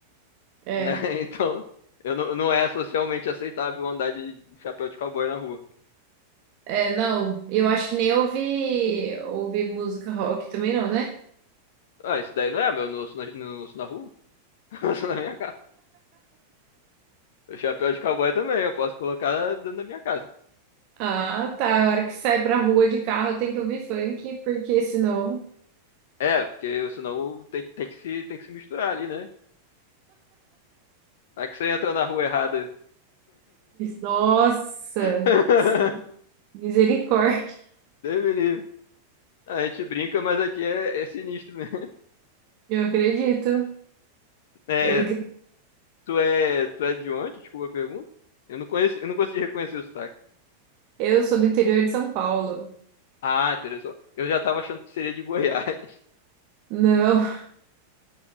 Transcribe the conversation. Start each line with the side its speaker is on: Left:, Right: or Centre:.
Right: É.
Left: né? <laughs> Então eu não, não é socialmente aceitável andar de chapéu de cowboy na rua.
Right: É, não. Eu acho que nem ouvi, ouvi música rock também não, né?
Left: Ah, isso daí não é, mas eu não uso na, não uso na rua, <laughs> eu uso na minha casa. O chapéu de cowboy também, eu posso colocar dentro da minha casa.
Right: Ah, tá. A hora que sai pra rua de carro tem que ouvir funk, porque senão.
Left: É, porque senão tem, que tem que se, tem que se misturar ali, né? Aí que você entra na rua errada.
Right: Nossa.
Left: <laughs>
Right: Sim. Misericórdia,
Left: Deus me livre. A gente brinca, mas aqui é, é sinistro mesmo. <laughs>
Right: eu acredito.
Left: É,
Right: Eu, acre-
Left: tu é, tu é de onde? Desculpa a pergunta. Eu não conheci, eu não consegui reconhecer o sotaque.
Right: eu sou do interior de São Paulo.
Left: Ah, interessante. Eu já tava achando que seria de Goiás. <laughs>
Right: Não,